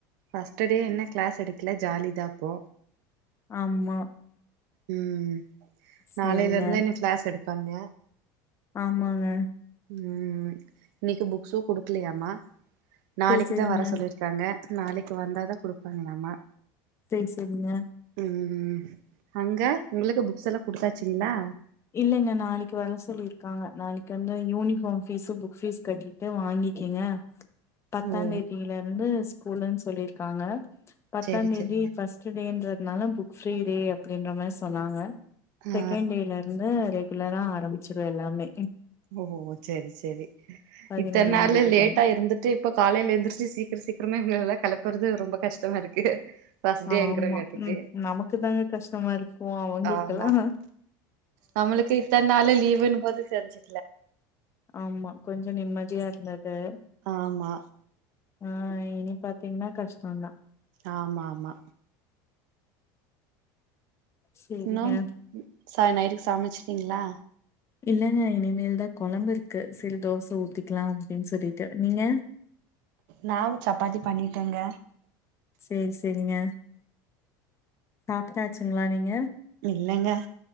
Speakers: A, on the right; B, on the left.
A: ஃபஸ்ட்டு டே என்ன கிளாஸ் எடுக்கல ஜாலி தா அப்போ
B: ஆமா
A: ம் நாளையில
B: சேரிங்க
A: இருந்தா என்ன கிளாஸ் எடுப்பாங்க
B: ஆமாங்க
A: ம் இன்னைக்கு புக்ஸும் குடுக்கலயாமா நாளைக்குதா
B: சேரி சேரிங்க
A: வர சொல்லச்ச இருக்காங்க நாளைக்கு வந்தாதான குடுப்பாங்களாமா
B: சரி சரிங்க
A: ம் அங்க உங்களுக்கு புக்ஸ் எல்லா குடுத்தாச்சுங்களா
B: இல்லைங்க நாளைக்கு வர சொல்லிருக்காங்க நாளைக்கு வந்து யூனிஃபார்ம் பீஸு புக் ஃபீஸ் கட்டிட்டு வாங்கிக்கீங்க பத்தா
A: ஓ
B: தேதியில இருந்து ஸ்கூல்லுனு சொல்லிருக்காங்க பத்தா
A: சேரி
B: தேதி
A: சேரிங்க
B: ஃபஸ்ட் டுடேன்றதுனால புக் ஃப்ரி டே அப்டின்ற மாரி சொன்னாங்க
A: ஆ
B: செக்கேன் டே வந்து ரெகுலரா ஆரம்பிச்சிடு எல்லாமே
A: ஓ செரி செரி
B: பதினொன்னாந்
A: இத்தன நாள்
B: தேதில
A: லேட்டா
B: இருந்து
A: எருந்து ட்டு இப்ப காலையில எந்துருச்சு சீக்கிர சீக்கிரமா இவுங்கள எல்லா கெளப்புறது ரொம்ப கஷ்டமா இருக்கு ஃபர்ஸ்ட் டேங்கிறங்காட்டிக்கு
B: ஆமா ம் நமக்கு தாங்க கஷ்டமா இருக்கு அவுங்களுக்கெல்லா
A: ஆமா நம்மளுக்கு இத்தன் நாளு லீவுனும்போது தெரிஞ்சு
B: ஆமா கொஞ்சொ நிம்மதியா இருந்தது
A: ஆமா
B: ஆ இனி பாத்திங்கன்னா கஷ்டொந்தா
A: ஆமா ஆமா
B: சேரிங்க
A: இன்னொம் ச நைட்டுக்கு சமச்ட்டீங்களா
B: இல்லங்க இனிமேல் தா கொழம்பு இருக்கு செரி தோச ஊத்திக்கலா அப்டின்னு சொல்லிட்டு நீங்க
A: நானு சப்பாத்தி பண்ணிட்டேங்க
B: சேரி சேரிங்க சாப்ட்டாச்சுங்களா நீங்க
A: இல்லங்க